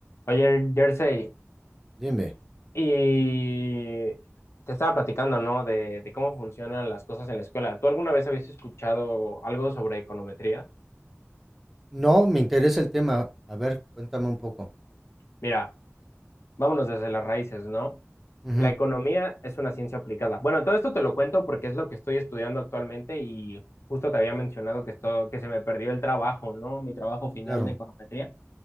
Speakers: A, on the left; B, in the centre.
A: Oye, Jersey,
B: Dime.
A: y te estaba platicando, ¿no? De, de cómo funcionan las cosas en la escuela. ¿Tú alguna vez habías escuchado algo sobre econometría?
B: No, me interesa el tema. A ver, cuéntame un poco.
A: Mira, vámonos desde las raíces, ¿no?
B: Ujú,
A: La economía es una ciencia aplicada. Bueno, todo esto te lo cuento porque es lo que estoy estudiando actualmente y justo te había mencionado que, esto, que se me perdió el trabajo, ¿no? Mi trabajo final
B: claro,
A: de econometría.